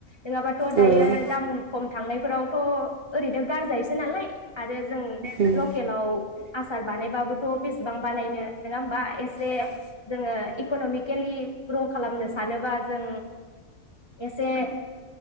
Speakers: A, on the left (about 20°); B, on the right (about 50°).
A: नङाबाथ' दायो
B: औ
A: दाम खम थांनायफोरावथ' ओरैनो गारजायोसो नालाय आरो जों
B: उम
A: लकेलाव आसार बानायबाबोथ' बेसेबां बानायनो नङा होमबा एसे
B: औ
A: जोङो इक'नमिकेलि ग्र' खालामनो सानोबा जों एसे ओ